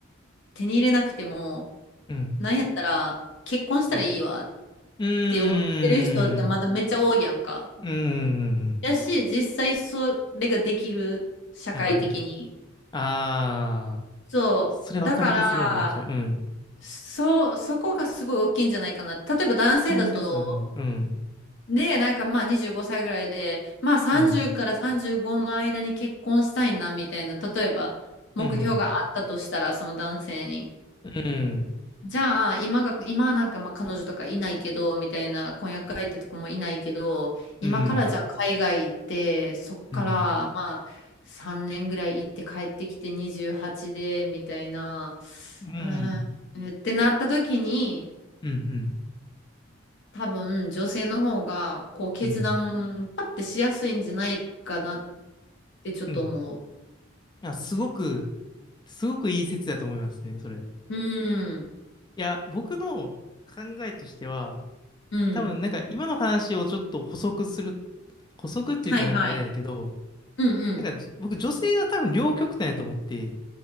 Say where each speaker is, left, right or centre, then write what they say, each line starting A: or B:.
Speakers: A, on the left (about 60°); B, on the left (about 20°).
A: 手に入れなくても、
B: うん、
A: なんやったら結婚したらいいわっ
B: うん、うーん、
A: て思ってる人ってまだめっちゃ多いやんか。
B: うーん、
A: やし、実際それができる、社会的に。
B: はいはい。ああ。
A: そう。
B: それわかる気するわ、
A: だから、
B: めっちゃ。うん。
A: そう、そこがすごい大きいんじゃないかな。例えば男性だと、
B: その説あるな。うん。
A: ね、なんかまあ25歳ぐらいで、まあ30から35の間に結婚したいなみたいな、
B: うん。
A: 例えば目標があったとしたら、
B: うん。
A: その男性に。
B: うん。
A: じゃあ、今が、今はなんかまあ彼女とかいないけど、みたいな婚約相手とかもいないけど、今からじゃあ海外行って、
B: うん。
A: そっからまあ3年ぐらい行って帰ってきて28で、
B: うん。
A: みたいな、
B: うん。
A: うーん、ってなった時に、
B: うん。
A: 多分女性の方がこう決断パッてしやすいんじゃないかなっ
B: うん。
A: てちょっと思
B: うん。あ、すごく、すごくいい説だと思いますね、それ。
A: う。うん、
B: いや、僕の考えとしては、
A: うん。
B: 多分なんか今の話をちょっと補足する、補足っていうかなんかあれだけど、
A: はいはい。うんうん。
B: なんか僕女性は多分両極端やと思って、